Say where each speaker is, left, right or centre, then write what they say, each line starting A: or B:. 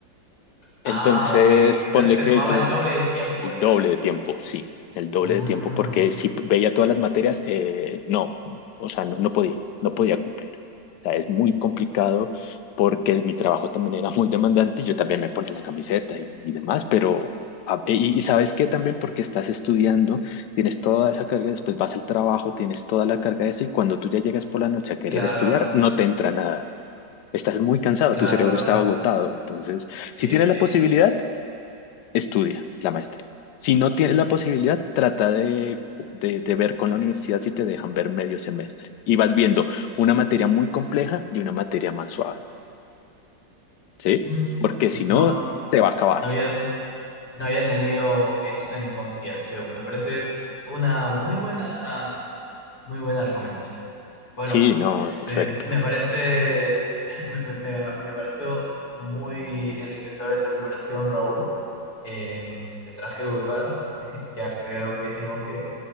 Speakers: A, on the left; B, on the left.
A: Ah,
B: Entonces,
A: ok. Entonces
B: ponle
A: te
B: que
A: tomaba
B: yo,
A: el doble de tiempo,
B: el
A: digamos.
B: doble de tiempo, sí, el doble
A: Mm,
B: de tiempo, porque si veía todas las materias, eh, no, o sea, no, no podía, no podía cumplir. O sea, es muy complicado porque mi trabajo también era muy demandante y yo también me ponía la camiseta y, y demás, pero, a- y, y sabes qué también, porque estás estudiando, tienes toda esa carga, después vas al trabajo, tienes toda la carga de eso y cuando tú ya llegas por la noche a querer
A: claro,
B: estudiar, no te entra nada. Estás muy cansado,
A: claro,
B: tu cerebro
A: está-
B: está agotado, entonces... Si
A: sí,
B: tienes
A: sí.
B: la posibilidad, estudia la maestría. Si no tienes la posibilidad, trata de, de- de ver con la universidad si te dejan ver medio semestre. Y vas viendo una materia muy compleja y una materia más suave, ¿sí?
A: Mm,
B: Porque si no,
A: No,
B: te va a acabar.
A: No había, no había tenido eso en consideración. Me parece una muy buena, muy buena recomendación. Bueno,
B: Sí, no, perfecto.
A: eh, me parece, <laughs> me, me- me- me pareció muy enriquecedora esta comparación, Raúl. Eh, tendrás que disculpar, ya creo que tengo que